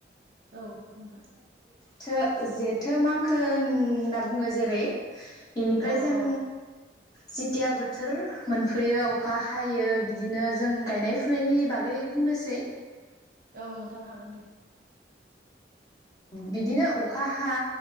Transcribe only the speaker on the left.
थो जेथो मांखो होनना बुङो जेरै बेनिफ्राय
जों
जेतिया बोथोर मोनफैयो अखा हायो बिदिनो जों गायनाय फुनायनि बागै बुंनोसै
बिदिनो अखा हा